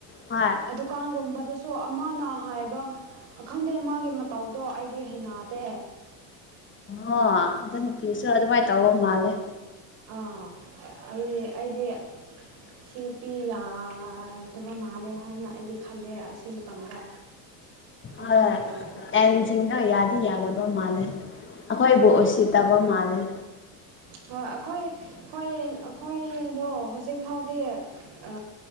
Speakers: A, on the left; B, on the right.
A: ꯍꯣꯏ
B: ꯗꯨꯀꯥꯟꯒꯨꯝꯕꯗꯁꯨ ꯑꯃꯥꯅ ꯍꯥꯏꯕ ꯑ ꯈꯪꯗꯦ ꯃꯥꯒꯤ ꯃꯇꯧꯗꯣ ꯑꯩꯗꯤ ꯍꯩꯅꯥꯗꯦ
A: ꯑꯣ ꯑꯗꯨ ꯅꯨꯄꯤꯁꯨ ꯑꯗꯨꯃꯥꯏꯅ ꯇꯧꯕ ꯃꯥꯜꯂꯦ
B: ꯑꯥ ꯑꯩ ꯑꯩꯗꯤ ꯁꯤ ꯅꯨꯄꯤ ꯌꯥꯗꯕ ꯃꯥꯜꯂꯦ ꯍꯥꯏꯅ ꯑꯩꯗꯤ ꯈꯜꯂꯦ ꯑꯁꯤ ꯃꯇꯝꯗ ꯑꯗꯨ
A: ꯍꯣꯏ
B: ꯃꯇꯝꯗ
A: ꯑꯦꯟꯁꯤꯡꯗꯣ ꯌꯥꯗꯤ ꯌꯥꯗꯕ ꯃꯥꯜꯂꯦ ꯑꯩꯈꯣꯏꯕꯨ
B: ꯍꯣꯏ
A: ꯎꯁꯤꯠ ꯇꯕ ꯃꯥꯜꯂꯦ
B: ꯍꯣꯏ ꯑꯩꯈꯣꯏ ꯑꯩꯈꯣꯏ ꯑꯩꯈꯣꯏꯗꯣ ꯍꯧꯖꯤꯛ ꯐꯥꯎꯗꯤ ꯑ